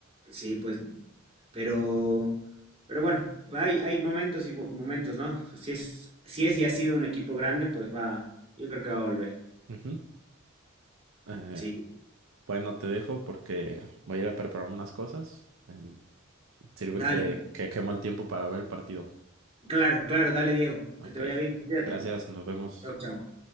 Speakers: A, on the right (about 30°); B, on the right (about 65°).
A: Sí, pues, pero, pero bueno, hay, hay momentos y mo- momentos, ¿no? Si es, si es y ha sido un equipo grande, pues va, yo creo que va a volver.
B: Ujú. Eh,
A: Sí,
B: Bueno, te dejo porque voy a ir a preparar unas cosas. Eh, Sirve
A: dale.
B: que, que quemo el tiempo para ver el partido.
A: Claro, claro, dale, Diego,
B: Ok.
A: que te vaya bien, cuídate.
B: Gracias, nos vemos.
A: Chao, chao.